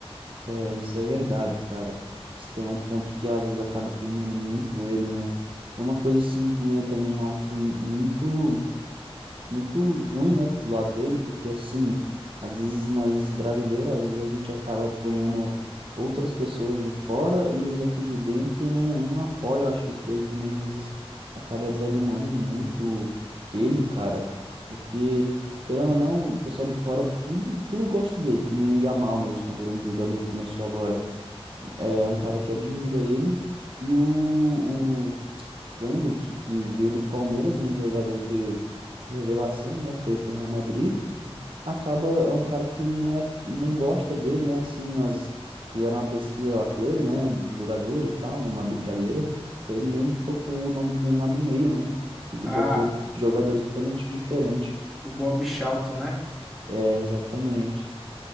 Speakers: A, on the right; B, in the centre.
A: É, isso é verdade, cara. Isso daí é um ponto que às vezes acaba queimando muito ele, né? É uma coisa assim que nem eu também eu acho muito muito ruim, né, pro lado dele, porque assim, às vezes nós brasileiros, às vezes a gente acaba apoiando outras pessoas de fora e os daqui de dentro não, não apoiam. Eu acho que isso daí também às vezes acaba desanimando muito ele, cara, porque Querendo ou não, o pessoal de fora tudo, tudo gosta dele, que nem o Yamal mesmo, que é um grande jogador, que começou agora. É um cara que admira ele. E o, o, o Endrick, que veio do Palmeiras, um jogador que, de revelação, né? Foi pro Real Madrid. Acaba, é um cara que não é, não gosta dele, né? Assim, nós fizeram uma pesquisa lá com ele, né? Dos jogadores e tal, uma brincadeira. Ele nem tocou o nome do Neymar do meio, né? Ele
B: Ah,
A: botou jogadores totalmente diferentes.
B: o Bob Charlton, né?
A: É, exatamente.